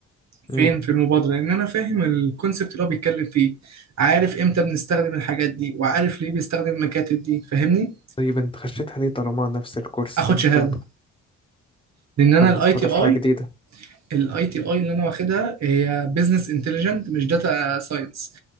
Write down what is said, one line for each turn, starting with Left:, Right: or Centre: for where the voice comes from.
Right: فين
Left: يعني
Right: في المبادره لان انا فاهم الكونسبت اللي هو بيتكلم فيه عارف امتى بنستخدم الحاجات دي وعارف ليه بيستخدم المكاتب دي فاهمني
Left: طيب انت خشيتها ليه طالما نفس الكورس
Right: اخد
Left: تاني
Right: شهاده
Left: بتاخده
Right: لان انا
Left: طب ما
Right: الاي
Left: تاخدها
Right: تي اي
Left: في حاجة جديدة
Right: الاي تي اي اللي انا واخدها هي بزنس انتليجنت مش داتا ساينس